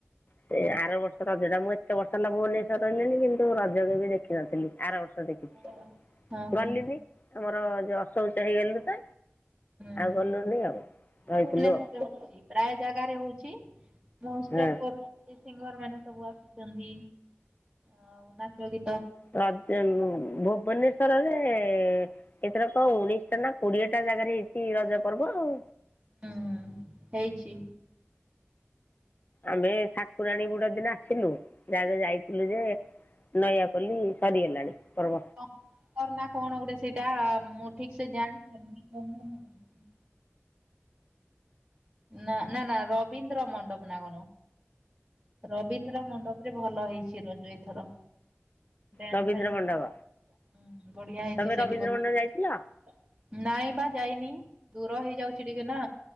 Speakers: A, on the left (about 40°); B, on the right (about 25°).
A: ସେ ଆର ବର୍ଷ ରଜ ଟା ମୁଁ ଏତେ ବର୍ଷ ହେଲା ଭୁବନେଶ୍ୱର ସରିଲାଣି କିନ୍ତୁ ରଜ କେବେ ଦେଖିନଥିଲି ଆରବର୍ଷ। <unintelligible>
B: ହୁଁ ହଁ ହଁ
A: ଗଲିନି। ଆମର ଯୋଉ ଅଶୌଚ ହେଇଗଲି ପା
B: ହୁଁ
A: ଆଉ ଗଲୁନି ଆଉ ରହିଥିଲୁ
B: ଭୁବନେଶ୍ୱରରେ
A: ଆଉ।
B: ହଉଛି ପ୍ରାୟ ଜାଗାରେ ହଉଛି। ମୋଷ୍ଟ
A: ହଁ
B: ଅଫ୍ କର। <unintelligible> ସିଙ୍ଗର ମାନେ ସବୁ ଆସୁ ଛନ୍ତି। ଆଉ ନାଚ ଗୀ
A: <unintelligible> ଭୁବନେଶ୍ଵରରେ ଏଥର କଣ ଉଣେଇଶିଟା ନା କୋଡିଏଟା ଜାଗାରେ ହେଇଛି ରଜ ପର୍ବ ଆଉ।
B: ହୁଁ ହେଇଛି।
A: ଆମେ ଠାକୁରାଣୀ ଗୁଡା ଦିନ ଆସିଲୁ। ସିଆଡେ ଯାଇଥିଲୁ ଯେ ନୟାପଲ୍ଲୀ ସରିଗଲାଣି। ପର୍ବ
B: କ <unintelligible> କର ନା କଣ ଗୋଟେ ସେଇଟା? ମୁଁ ଠିକ ସେ ଜା। <unintelligible> ନା ନା ନା ରବୀନ୍ଦ୍ର ମଣ୍ଡପ ନା ରବୀନ୍ଦ୍ର ମଣ୍ଡପରେ ଭଲ ହେଇଛି ରଜ ଏଥର। ଡାନ୍ସ
A: ରବୀନ୍ଦ୍ର
B: ଫେନ୍ସ
A: ମଣ୍ଡପ
B: <inaudible> ବଢିଆ ହେଇଛି
A: ତମେ
B: ସେଠି
A: ରବୀନ୍ଦ୍ର ମଣ୍ଡପ ଯାଇଥିଲ
B: <inaudible> ନାଇଁ ବା ଯାଇନି। ଦୂର ହେଇଯାଉଛି ଟିକେ ନା।